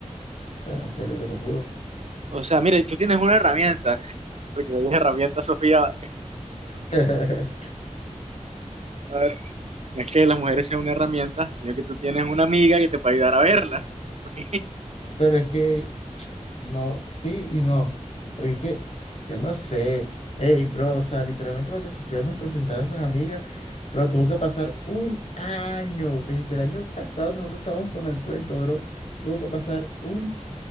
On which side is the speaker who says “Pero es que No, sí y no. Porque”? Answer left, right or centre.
Left